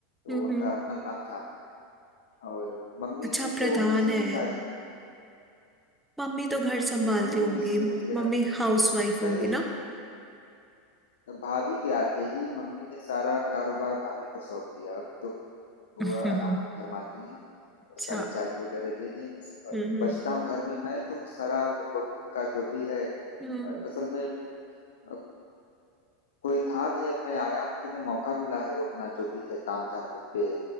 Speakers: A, on the left (about 80°); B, in the centre.
A: तो
B: हम्म
A: उनका
B: हम्म।
A: अपना काम धाम है और मम्मी
B: अच्छा
A: है
B: आप प्रधान
A: तो वो तो सीधी
B: है
A: साधी है
B: मम्मी तो घर
A: हाँ,
B: संभालती
A: मम्मी को
B: होंगी
A: किसी से कुछ लेना
B: मम्मी
A: देना
B: हाउसवाइफ होंगी
A: नहीं नहीं,
B: ना
A: वो भाभी के आते ही मम्मी ने सारा कारोबार भाभी को सौंप दिया अब तो वो
B: अच्छा
A: आराम
B: हम्म
A: फरमाती हैं
B: अच्छा।
A: और सारी चाबी वगैरह दे दी और
B: हम्म
A: बचता हूँ घर में मैं तो सारा ब- उनका जो भी है
B: हम्म।
A: अ- असल में अ, कोई था नहीं अब मैं आया हूँ तो उन्हें मौका मिला है वो अपना जो भी था तामझाम उस पे